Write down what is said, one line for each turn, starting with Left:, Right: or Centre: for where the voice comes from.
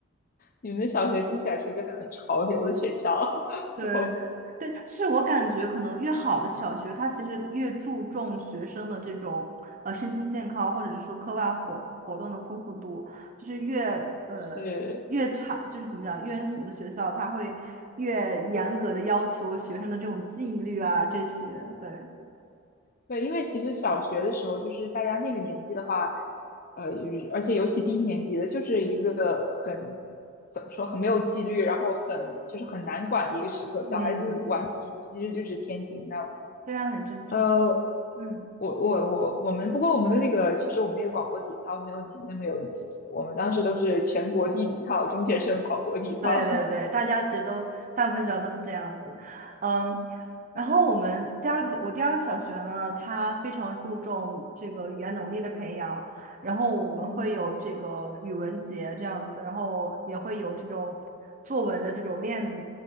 Left: 你们的小学听起来是一个很潮流的学校。<laughs>
Right: 对，
Left: 我
Right: 对，就是我感觉可能越好的小学，它其实越注重学生的这种呃身心健康，或者是说课外活活动的丰富度，就是越呃越差，
Left: 是，
Right: 就是怎么讲，越什么的学校，它会越严格的要求学生的这种纪律啊这些，对，
Left: 对，因为其实小学的时候，就是大家那个年纪的话，呃，而且尤其低年级的，就是一个很怎么说，很没有纪律，然后很就是很难管的一个时刻。
Right: 嗯，
Left: 小孩子顽皮其实就是天性那，
Right: 这样很正常，
Left: 呃，我
Right: 嗯。
Left: 我我我们不过我们的那个，其实我们那个广播体操没有你们那么有意思。我们当时都是全国第几套中学生广播体操。
Right: 对对对，大家其实都大部分学校都是这样子，嗯，然后我们第二个我第二个小学呢，它非常注重这个语言能力的培养，然后我们会有这个语文节这样子，
Left: <laughs> 嗯
Right: 然后也会有这种作文的这种练笔，